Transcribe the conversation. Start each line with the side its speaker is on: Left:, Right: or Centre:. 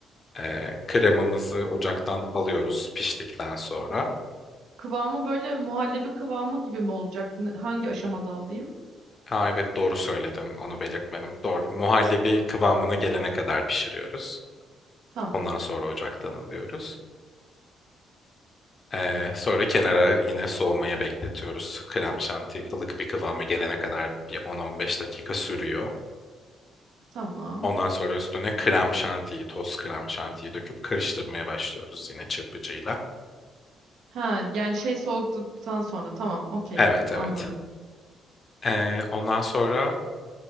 Left: E, kremamızı ocaktan alıyoruz piştikten sonra.
Right: Kıvamı böyle muhallebi kıvamı gibi mi olacak? Ne- Hangi aşamada alayım?
Left: Ha, evet doğru söyledin onu belirtmedim. Doğru. Muhallebi kıvamına gelene kadar pişiriyoruz.
Right: Tamam.
Left: Ondan sonra ocaktan alıyoruz. Ee, sonra kenara yine soğumaya bekletiyoruz. Krem şanti ılık bir kıvama gelene kadar bir 10-15 dakika sürüyor.
Right: Tamam.
Left: Ondan sonra üstüne krem şantiyi, toz krem şantiyi döküp karıştırmaya başlıyoruz yine çırpıcıyla.
Right: Ha yani şey soğuduktan sonra tamam okey
Left: Evet, evet.
Right: anladım.
Left: Ee, ondan sonra